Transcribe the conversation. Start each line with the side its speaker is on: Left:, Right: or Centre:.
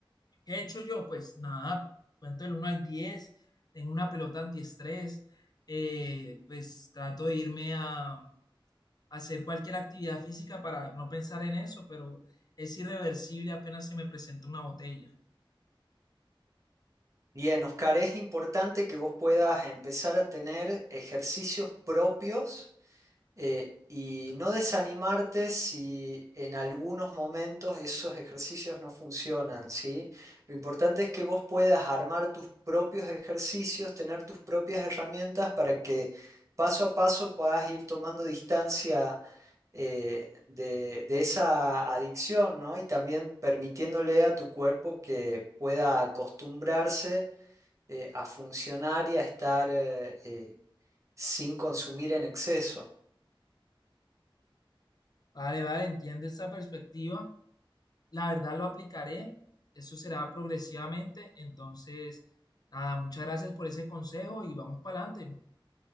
Left: ¿Qué he hecho yo? Pues nada, cuento del uno al 10, tengo una pelota antiestrés, eh, pues trato de irme a, a hacer cualquier actividad física para no pensar en eso, pero es irreversible apenas se me presenta una botella.
Right: Bien, Oscar, es importante que vos puedas empezar a tener ejercicios propios eh, y no desanimarte si en algunos momentos esos ejercicios no funcionan, ¿sí? Lo importante es que vos puedas armar tus propios ejercicios, tener tus propias herramientas para que paso a paso puedas ir tomando distancia eh, de, de esa adicción, ¿no? Y también permitiéndole a tu cuerpo que pueda acostumbrarse eh, a funcionar y a estar eh, eh, sin consumir en exceso.
Left: Vale, vale, entiendo esa perspectiva. La verdad lo aplicaré, eso será progresivamente, entonces, nada, muchas gracias por ese consejo y vamos para adelante.